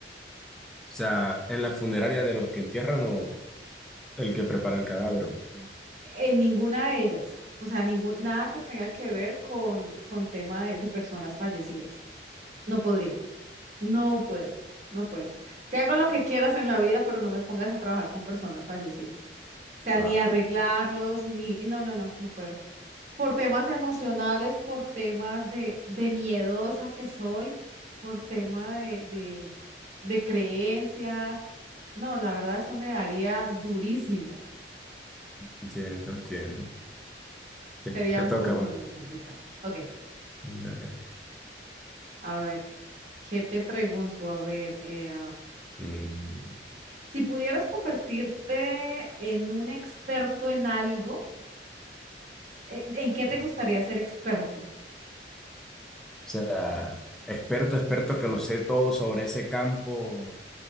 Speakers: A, in the centre; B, on the right.
A: O sea, en la funeraria de los que entierran o el que prepara
B: mm,
A: el cadáver.
B: en ninguna de ellas, o sea, ningún, nada que tenga que ver con, con tema de de personas fallecidas. No podría. No puedo, no puedo. Te hago lo que quieras en la vida, pero no me pongas a trabajar con personas fallecidas. O sea,
A: Wow.
B: ni arreglarlos, ni... No, no, no, no puedo. Por temas emocionales, por temas de, de miedosa que soy, por tema de, de, de creencias. No, la verdad, eso me daría durísimo.
A: Entiendo, entiendo.
B: Sería
A: Ok, Te
B: muy,
A: toca,
B: muy,
A: pues.
B: muy complicado. Ok,
A: Dale, dale.
B: a ver, ¿qué te pregunto? A ver, eh.
A: Mm, o
B: Si pudieras convertirte en un experto en algo, eh, ¿en qué te gustaría ser experto?
A: sea, experto, experto que lo sé todo sobre ese campo.